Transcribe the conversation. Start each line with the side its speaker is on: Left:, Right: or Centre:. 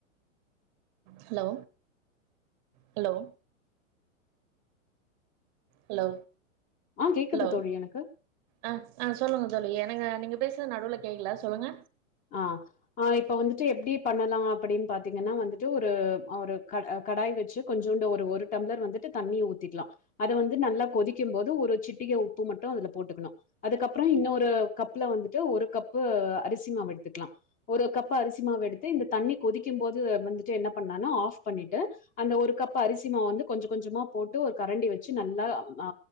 Right: ஹலோ ஹலோ ஹலோ
Left: ஆ கேக்குது
Right: ஹலோ
Left: தோழி எனக்கு.
Right: ஆ ஆ சொல்லுங்க சொல் என்னங்க நீங்க பேசுறது நடுவுல கேக்கல சொல்லுங்க
Left: ஆ ஆ இப்ப வந்துட்டு எப்டி பண்ணலா அப்டின்னு பாத்தீங்கன்னா வந்துட்டு ஒரு ஒரு கட கடாய் வச்சு கொஞ்ஜோண்டு ஒரு ஒரு டம்ளர் வந்துட்டு தண்ணிய ஊத்திக்கலா அதை வந்து நல்லா கொதிக்கும் போது ஒரு சிட் உப்பு மட்டு அதுல போட்டுக்கணு அதுக்கப்ற இன்னொரு கப்ல வந்துட்டு ஒரு கப்பு அரிசி மாவு எடுத் த்துக்கலா ஒரு கப்பு அரிசி மாவு எடுத்து இந்த தண்ணி கொதிக்கு போது வந்துட்டு என்ன பண்ணனா ஆஃப் பண்ணிட்டு அந்த ஒரு கப் அரிசி மாவ வந்து கொஞ்ச கொஞ்சமா போட்டு ஒரு கரண்டி வச்சு நல்லா ஆ